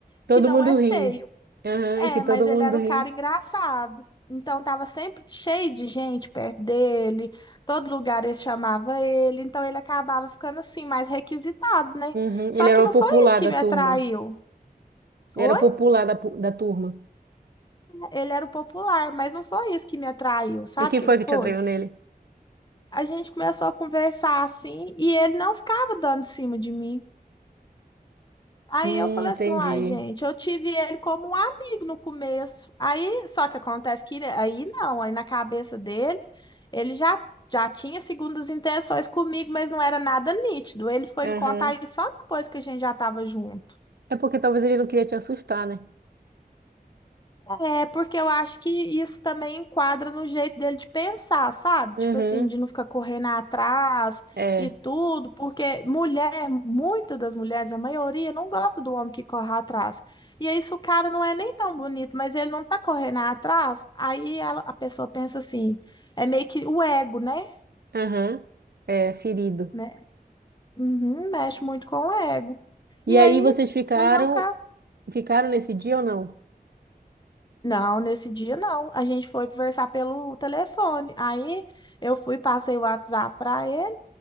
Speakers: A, on the right (about 80°); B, on the left (about 25°).
A: Todo
B: que não
A: mundo
B: é feio.
A: ri. Aham,
B: É,
A: e que todo
B: mas ele
A: mundo
B: era
A: ri.
B: o cara engraçado. Então tava sempre cheio de gente perto dele, todo lugar eles chamava ele, então ele acabava ficando assim mais requisitado, né?
A: Uhum.
B: Só
A: Ele era
B: que não
A: o popular
B: foi isso que
A: da
B: me
A: turma.
B: atraiu.
A: Ele
B: Oi?
A: era o popular da, pu- da turma.
B: É, Ele era o popular, mas não foi isso que me atraiu. Sabe
A: E o que
B: o que
A: foi
B: que
A: que
B: foi?
A: te atraiu nele?
B: A gente começou a conversar assim e ele não ficava dando em cima de mim. Aí
A: Hum,
B: eu falei
A: entendi.
B: assim, uai, gente, eu tive ele como um amigo no começo. Aí, só que acontece que ele- aí não, aí na cabeça dele, ele já já tinha segundas intenções comigo, mas não era nada nítido. Ele foi
A: Aham.
B: me contar isso só depois que a gente já estava junto.
A: É porque talvez ele não queria te assustar, né?
B: É, porque eu acho que isso também enquadra no jeito dele de pensar, sabe?
A: Uhum.
B: Tipo assim, de não ficar correndo atrás
A: É.
B: e tudo, porque mulher, muitas das mulheres, a maioria, não gosta do homem que corre atrás. E aí, se o cara não é nem tão bonito, mas ele não tá correndo atrás, aí ela- a pessoa pensa assim, é meio que o ego, né?
A: Aham. É, ferido.
B: Né? Uhum, mexe muito com o ego.
A: E
B: E
A: aí
B: aí,
A: vocês ficaram,
B: no meu caso.
A: ficaram nesse dia ou não?
B: Não, nesse dia não. A gente foi conversar pelo telefone. Aí eu fui, passei o WhatsApp para ele